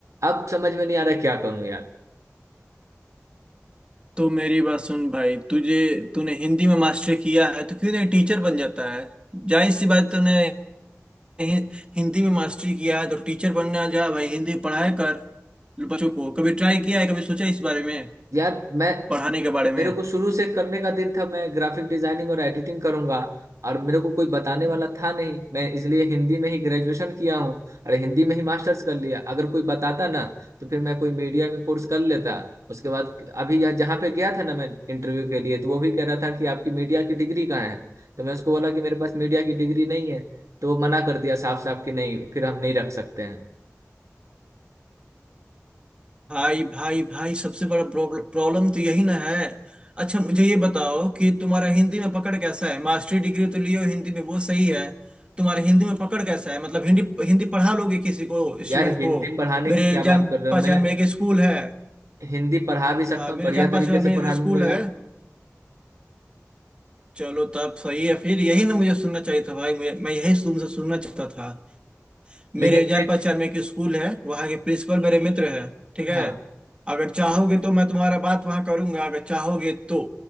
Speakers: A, on the right; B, on the right.
A: अब समझ में नहीं आ रहा क्या करूँ यार
B: तो मेरी बात सुन भाई तुझे तूने हिंदी में मास्टरी किया है तो क्यों नहीं टीचर बन जाता है जाहिर सी बात तूने हि- हिंदी में मास्टरी किया है तो टीचर बनना जा भाई हिंदी पढ़ाया कर बच्चों को कभी ट्राई किया है कभी सोचा है इस बारे में
A: यार मैं
B: पढ़ाने के बारे में
A: मेरे को शुरू से करने का दिल था मैं ग्राफिक डिजाइनिंग और एडिटिंग करूंगा और मेरे को कोई बताने वाला था नहीं मैं इसलिए हिंदी में ही ग्रेजुएशन किया हूँ और हिंदी में ही मास्टर्स कर लिया अगर कोई बताता ना तो फिर मैं कोई मीडिया का कोर्स कर लेता उसके बाद अभी यहाँ जहाँ पे गया था ना मैं इंटरव्यू के लिए तो वो भी कह रहा था कि आपकी मीडिया की डिग्री कहाँ है तो मैं उसको बोला कि मेरे पास मीडिया की डिग्री नहीं है तो वो मना कर दिया साफ साफ कि नहीं फिर हम नहीं रख सकते हैं
B: भाई भाई भाई सबसे बड़ा प्रॉब्लम तो यही ना है अच्छा मुझे ये बताओ कि तुम्हारा हिंदी में पकड़ कैसा है मास्टरी डिग्री तो लियो हिंदी में वो सही है तुम्हारा हिंदी में पकड़ कैसा है मतलब हिंदी हिंदी पढ़ा लोगे किसी को स्टूडेंट
A: यार हिंदी
B: को
A: पढ़ाने
B: मेरे
A: की क्या
B: जान
A: बात कर रहे
B: पहचान
A: हो मैं
B: में एक स्कूल है
A: हिंदी पढ़ा भी सकता
B: हाँ
A: हूँ
B: मेरे
A: बढ़िया
B: जान
A: तरीके
B: पहचान
A: से
B: में
A: पढ़ा
B: एक
A: लूंगा
B: स्कूल
A: यार
B: है चलो तब सही है फिर यही ना मुझे सुनना चाहिए था भाई मैं मैं यही तुमसे सुनना चाहता था मेरे
A: लेकिन
B: जान
A: एक
B: पहचान में एक स्कूल है वहाँ के प्रिंसिपल मेरे मित्र है ठीक है
A: हाँ
B: अगर चाहोगे तो मैं तुम्हारा बात वहाँ करूंगा अगर चाहोगे तो